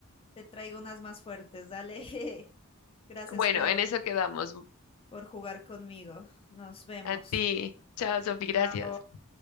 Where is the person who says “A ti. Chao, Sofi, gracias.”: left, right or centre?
Left